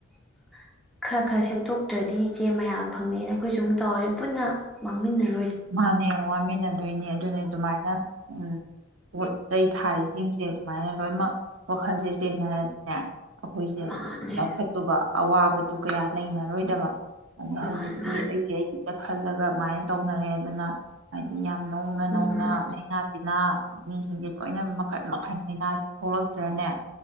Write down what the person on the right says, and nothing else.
ꯃꯥꯅꯦ ꯍꯌꯦ ꯋꯥꯃꯤꯟꯅꯗꯣꯏꯅꯤ ꯑꯗꯨꯅꯤ ꯑꯗꯨꯃꯥꯏꯅ ꯎꯝ ꯄꯣꯠ ꯆꯩ ꯊꯥꯔꯤꯁꯤꯡꯁꯦ ꯁꯨꯃꯥꯏꯅ ꯂꯣꯏꯅꯃꯛ ꯋꯥꯈꯜꯁꯦ ꯆꯦꯟꯅꯔꯗꯤꯅꯦ ꯑꯩꯈꯣꯏꯁꯦ
ꯆꯥꯎꯈꯠꯇꯨꯕ ꯑꯋꯥꯕꯗꯨ ꯀꯌꯥ ꯂꯩꯅꯔꯣꯏꯗꯕ ꯑꯗꯣ ꯍꯧꯖꯤꯛꯇꯤ
ꯑꯩꯒꯤ ꯑꯩꯒꯤꯗ ꯈꯜꯂꯒ ꯑꯗꯨꯃꯥꯏꯅꯥ ꯇꯧꯅꯔꯦ ꯑꯗꯨꯅ ꯍꯥꯏꯗꯤ ꯌꯥꯝꯅ ꯅꯧꯅ
ꯅꯧꯅ ꯂꯥꯏꯅꯥ ꯇꯤꯟꯅꯥ--꯫ ꯃꯤꯁꯤꯡꯁꯦ ꯂꯣꯏꯅ ꯃꯈꯟ ꯃꯈꯟ ꯂꯅꯥ ꯂꯣ ꯇ꯭ꯔꯅꯦ